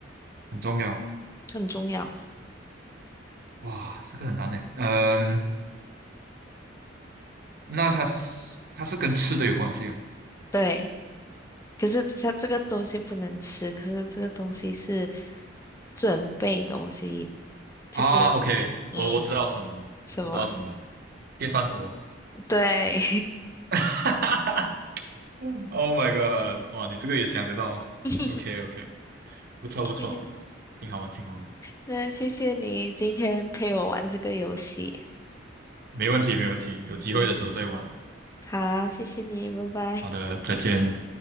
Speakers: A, on the right (about 55°); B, on the left (about 15°).
A: 很重要。
B: 很重要，
A: 哇，这个很难呢。嗯、那它是它是跟吃的有关系啊？
B: 对。可是它这个东西不能吃，可是这个东西是准备东西，就是
A: 啊，OK，
B: 嗯
A: 我我知道是什么，
B: 什么？
A: 我知道什么，电饭锅。
B: 对，
A: 哈 Oh my god！哇，你这个也想得到？OK
B: <laughs>
A: OK，不错不错，
B: OK，
A: 挺好玩挺好玩的
B: 那谢谢你今天陪我玩这个游戏
A: 没问题没问题，有机会的时候再玩。
B: 好，好，谢谢你，拜拜。
A: 好的，再见。